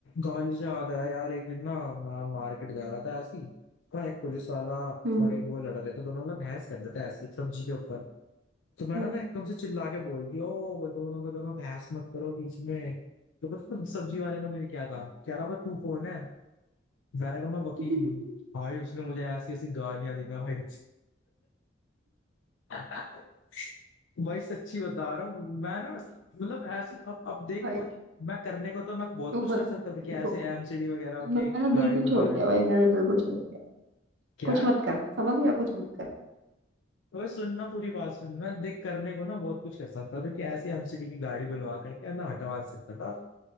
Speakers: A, on the left; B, on the right.
A: गाली से याद आया यार एक दिन ना मैं मार्केट जा रहा था ऐसी और एक पुलिस वाला
B: हम्म
A: और एक वो लड़ रहे थे दोनों मतलब बहस कर रहे थे ऐसी सब्जी के ऊपर तो मैंने
B: हम्म।
A: ना एकदम से चिल्ला के बोल दिया ओ दोनों को दोनों बहस मत करो बीच में तो पता है सब्जी वाले ने मुझे क्या कहा कह रहा भाई तू कौन है मैंने कहा मैं वकील
B: <laughs>
A: हूँ भाई उसने मुझे ऐसी ऐसी गालियां दी ना भाई <laughs> भाई सच्ची बता रहा हूँ मैं ना मतलब ऐसी अब अब देख
B: भाई
A: कोई मैं करने को तो मैं बहुत
B: तू
A: कुछ
B: मत
A: कर सकता था कि
B: देखो
A: ऐसे एमसीडी वगैरह
B: अब
A: के
B: मैंने
A: गाड़ी
B: बिल्कुल
A: बुला
B: छोड़ दिया
A: दे
B: भाई मैंने बिल्कुल छोड़ दिया
A: क्या
B: कुछ मत कर समझ गया कुछ मत कर
A: अबे सुनना पूरी बात सुन मैं देख करने को ना बहुत कुछ कर सकता था कि ऐसे एमसीडी की गाड़ी बुलवा करके अंदर हटवा सकता था